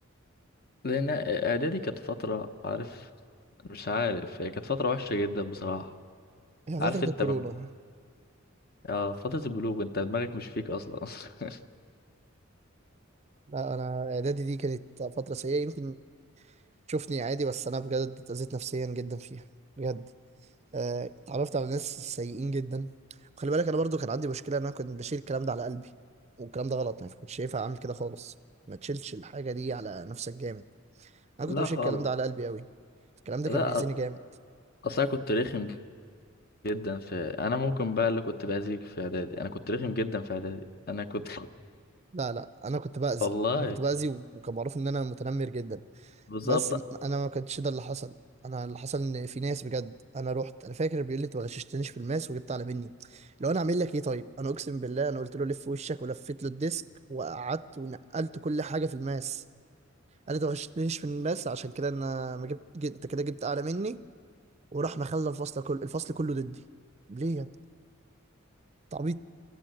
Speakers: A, on the left; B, on the right.
A: لان اعدادي كانت فتره عارف مش عارف هي كانت فتره وحشه جدا بصراحه
B: هي
A: عارف
B: فتره
A: انت
B: الكورونا
A: م... آه فتره البلوغ انت دماغك مش فيك اصلا <laughs>
B: لا انا اعدادي دي كانت فتره سيئه يمكن تشوفني عادي بس انا بجد اتأذيت نفسيا جدا فيها بجد آه، اتعرفت على ناس سيئين جدا وخلي بالك انا برضو كان عندي مشكله ان انا كنت بشيل الكلام ده على قلبي والكلام ده غلط ما كنتش شايفها اعمل كده خالص ما تشيلش الحاجه دي على نفسك جامد انا
A: لا
B: كنت بشيل
A: خالص
B: الكلام ده على قلبي قوي الكلام ده
A: لا
B: كان بيأذيني جامد
A: اصل انا كنت رخم جدا في انا ممكن بقى اللي كنت باذيك في اعدادي انا كنت رخم جدا في اعدادي انا كنت
B: لا لا انا كنت
A: <laughs>
B: باذي
A: والله
B: انا كنت باذي وكان معروف ان انا متنمر جدا
A: بالظبط
B: بس م- انا ما كانش ده اللي حصل انا اللي حصل ان في ناس بجد انا رحت انا فاكر بيقول لي انت ما غششتنيش في الماس وجبت اعلى مني لو انا اعمل لك ايه طيب انا اقسم بالله انا قلت له لف وشك ولفيت له الديسك وقعدت ونقلت كل حاجه في الماس انا ما غششتنيش في الماس عشان كده انا ما جبت جبت- انت كده جبت اعلى مني وراح مخلى الفصل كله الفصل كله ضدي طب ليه يا ابني؟